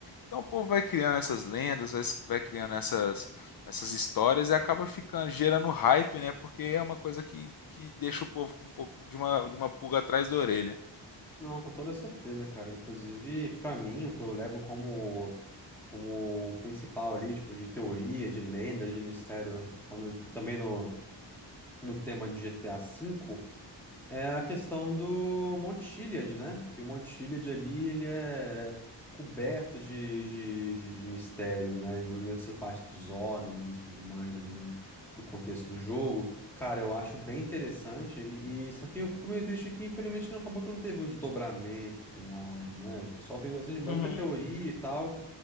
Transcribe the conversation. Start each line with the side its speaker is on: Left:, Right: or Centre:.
Left: Então o povo vai criando essas lendas, vai, vai criando essas, essas histórias e acaba ficando gerando hype, né? Porque é uma coisa que, que deixa o povo com um pouco de uma, de uma pulga atrás da orelha.
Centre: Não, com toda certeza, cara. Inclusive, pra mim, o que eu levo como como principal ali, tipo, de teoria, de lendas, de mistério, falando também no, no tema de GTA V, é a questão do Monte Chiliad, né? Que o Monte Chiliad ali, ele é coberto de, de, de, de mistérios, né? Incluindo essa parte dos OVNIs e tudo mais ali no, no contexto do jogo. Cara, eu acho bem interessante. E, e- só que eu fico meio triste que, infelizmente, não acabou que não teve um desdobramento final ali, né? O pessoal fez bastante, muita
Left: Uhum,
Centre: teoria e tal.